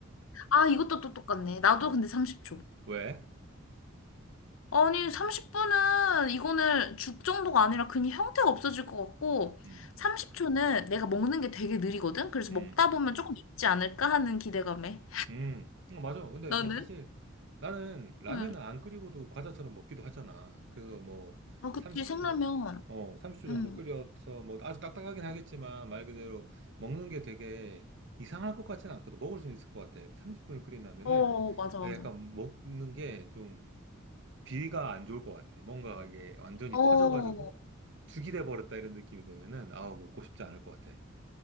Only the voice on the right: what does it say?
어,
왜?
음,
음,
음. 어, 맞아. 근데
뭐 사실 나는 라면은
안 끓이고도 과자처럼 먹기도 하잖아. 그래서 뭐
30초,
어, 30초 정도
끓여서 뭐 아주 딱딱하긴 하겠지만 말 그대로 먹는 게 되게 이상할 것 같지는 않거든. 먹을 수는 있을 것 같아. 30분을 끓인다면은
내가
약간 먹는 게좀 비위가 안 좋을 것 같아. 뭔가 이게 완전히
퍼져가지고 죽이 돼버렸다 이런 느낌이 들면은 아 먹고 싶지 않을 것 같아.